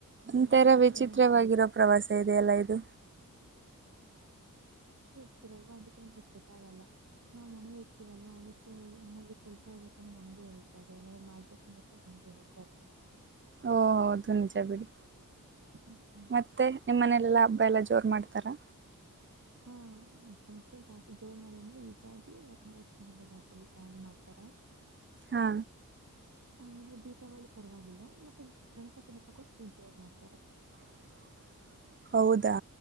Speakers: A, on the right; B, on the right.
A: ಒಥರ
B: ಮನೇಲಿ ಇದ್ರೆ
A: ವಿಚಿತ್ರವಾಗಿರೋ
B: ಇದೊಂದು ಪ್ರಾಬ್ಲಮ್
A: ಪ್ರವಾಸ ಇದೆ ಎಲ್ಲ ಇದು
B: ಇರ್ತಿರಲ್ವಾ ಅದಕ್ಕೆ ನಮ್ಗೆಷ್ಟು ಗೊತ್ತಾಗಲ್ಲ ನಾವ್ ಮನೆೇ ಇರ್ತೀವಲ್ವಾ ಅದಕ್ಕೆ ಏನಾದ್ರು ಕೆಲಸ ಹೇಳ್ಬೇಕಂದ್ರೆ ನಮಗೆ ಹೇಳ್ತಾರೆ ಎನಾದ್ರು ಮಾಡ್ಬೇಕಂದ್ರ ಕೂ <unintelligible> ನಮ ಗೆ ಹೇಳ್ತಾರೆ <unintelligible>
A: ಓದು ನಿಜ ಬಿಡಿ
B: ಹ್ಮ್
A: ಮತ್ತೆ ನಿಮ್ಮನೇಲೆಲ್ಲಾ ಹಬ್ಬ ಎಲ್ಲ ಜೋರು ಮಾಡ್ತಾರೆ
B: <unintelligible> ಮ್ಮ ಕಡೇ ಜಾಸ್ತಿ ಜೋರ್ ಮಾಡೋದುದಂದ್ರೆ ಯುಗಾದಿ ವರಮಹಾಲಕ್ಷ್ಮಿ ಹಬ್ಬ ಜಾಸ್ತಿ ಗ್ರಾಹ್ಯಾಂಡ್ ಮಾಡ್ತಾರೆ
A: ಹಾ
B: ಆಮೇಲೆ ದೀಪಾವಳಿ ಪರವಾಗಿಲ್ಲ ಮತ್ತೆ ಗಣಪತಿ ಹಬ್ಬ ಕೂಡ ಫುಲ್ ಜೋರ್ ಮಾಡ್ತಾರೆ
A: <unintelligible> <inaudible> ಹೌದಾ